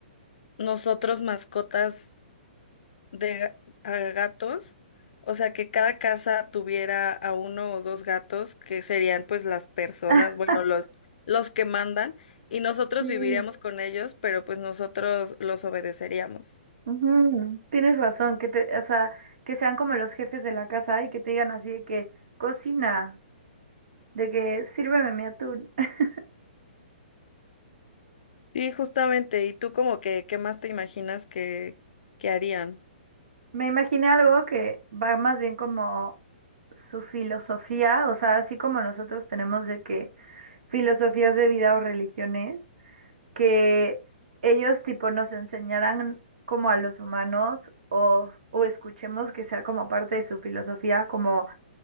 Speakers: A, on the left; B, on the right.
A: nosotros mascotas de ga- a gatos, o sea, que cada casa tuviera a uno o dos gatos, que serían pues las personas,
B: <laughs>
A: bueno, los, los que mandan, y nosotros
B: Sí.
A: viviríamos con ellos, pero pues nosotros los obedeceríamos.
B: Ujú, Tienes razón, que te, o sea, que sean como los jefes de la casa y que te digan así de que cocina, de que sírveme mi atún. <laughs>
A: Sí, justamente, ¿y tú como que qué más te imaginas que, que harían?
B: Me imaginé algo que va más bien como su filosofía, o sea, así como nosotros tenemos de que filosofías de vida o religiones, que ellos tipo nos enseñaran como a los humanos o, o escuchemos que sea como parte de su filosofía, como